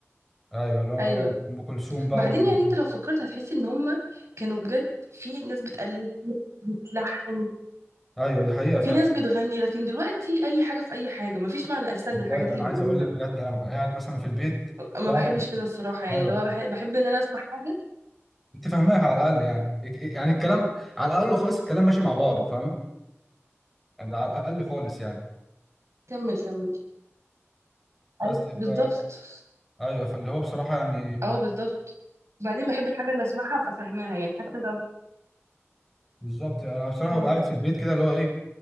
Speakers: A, in the centre; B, on the right.
A: ايوه اللي هو
B: ايوه
A: ام كلثوم بقى
B: بعدين
A: ون...
B: يعني انت لو فكرت هتحس ان هم كانوا بجد في ناس بتألف بتلحن
A: ايوه دي حقيقه
B: في
A: فعلا
B: ناس بتغني لكن دلوقتي اي حاجه في اي حاجه مفيش معنى اساسا
A: والله
B: للحاجات اللي
A: انا
B: بيقولوها
A: عايز اقول لك بجد انا ببقى قاعد مثلا في البيت
B: ما
A: طبعا
B: بحبش كده الصراحه يعني
A: ايوه
B: لو بحب, بحب ان انا اسمع حاجه
A: انت فاهماها على الاقل يعني يك- يعني الكلام على الاقل خالص الكلام ماشي مع بعضه فاهمه يعني ده على الاقل خالص يعني
B: كمل كمل
A: بس
B: اي بالظبط
A: ف... ايوه فاللي هو بصراحه يعني
B: اه بالظبط وبعدين بحب الحاجه اللي اسمعها ابقى فاهماها يعني حتى لو
A: بالظبط انا بصراحه
B: كمل
A: ببقى قاعد في البيت كده اللي هو ايه